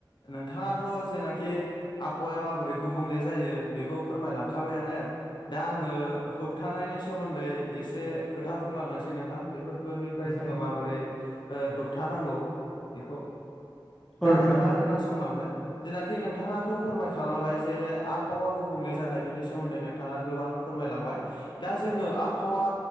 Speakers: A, on the left; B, in the centre.
A: नोंथाङाथ' जेनाखि आबहावाया माबोरै गुबुंले जायो बेखौ फोरमाय लांखाबायानो। दा आङो होबथानायनि सोमोन्दै एसे खोथा बुंलांनोसै नोंथां बेफोर फोरनिफ्राय जोङो
B: औ नोंथां
A: माबोरै ओ होबथानांगौ बेखौ
B: औ
A: दा
B: नोंथां
A: नोंथाङा खोनासंलांदो। जेनाखि नोंथाङाथ' फोरमायखाङाबाय जे आबावा गुबुंले जानाय बेनि सोमोन्दै नोंथाङा गोबां फोरमाय। लांबाय दा जोङो आबहावा